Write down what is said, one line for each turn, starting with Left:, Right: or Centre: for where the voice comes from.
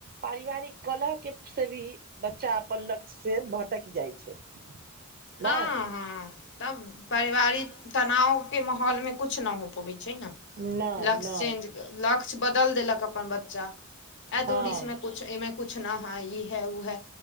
Right: पारिवारिक कलहके से भी बच्चा अपन लक्ष्यसँ भटकि जाइ छै
Left: हँ
Right: नहि
Left: हँ तब पारिवारिक तनावके माहौलमे किछु नहि हो पबैत छै ने
Right: नहि
Left: लक्स
Right: नहि
Left: चेन्ज लक्ष्य बदल देलक अपन बच्चा ए
Right: हँ
Left: दूरीस में कुछ मे कुछ न हा ई है व है